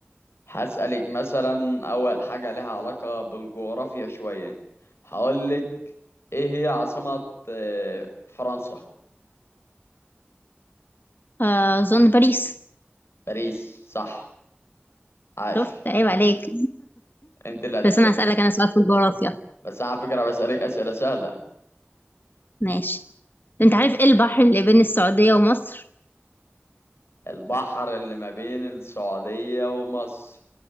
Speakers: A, on the left (about 85°); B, on the left (about 55°).
A: هسألك مثلا أول حاجة لها علاقة بالجغرافيا شوية هقولك إيه هي عاصمة آه، فرنسا
B: آه، أظن باريس
A: باريس صح عاش
B: شفت عيب عليك
A: أنت اللي هتسألي
B: بس أنا هسألك أنا سؤال في الجغرافيا
A: بس أنا على فكرة بسألك أسئلة سهلة
B: ماشي انت عارف ايه البحر اللي بين السعودية ومصر؟
A: البحر اللي ما بين السعودية ومصر